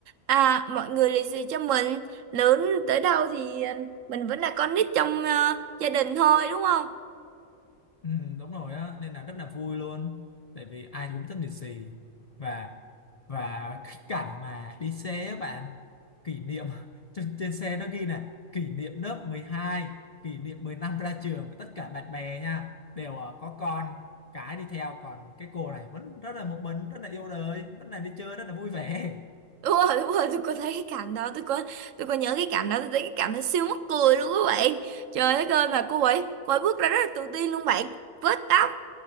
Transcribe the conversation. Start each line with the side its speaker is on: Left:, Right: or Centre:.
Right: à, mọi người lì xì cho mình. Lớn tới đâu thì ờ, mình vẫn là con nít trong ờ, gia đình thôi đúng không?
Left: ừ, đúng rồi á nên là rất là vui luôn tại vì ai cũng thích lì xì và và cái cảnh mà đi xe á bạn kỷ niệm <laughs> trên, trên xe nó ghi là kỷ niệm lớp mười hai kỷ niệm 10 năm ra trường với tất cả bạn bè nha đều ờ, có con cái đi theo còn cái cô này vẫn rất là một mình rất là yêu đời vẫn là đi chơi rất là vui vẻ
Right: Đúng rồi, đúng rồi, tôi có thấy cái cảnh đó, tôi có tôi có nhớ cái cảnh đó, tôi thấy cái cảnh nó siêu mắc cười luôn các bạn. Trời đất ơi mà cô ấy, cô ấy bước ra rất là tự tin luôn bạn. Vết tóc